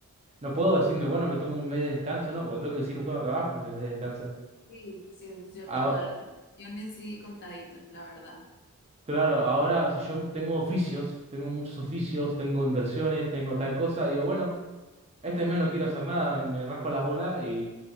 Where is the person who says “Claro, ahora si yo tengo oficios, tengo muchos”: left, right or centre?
Right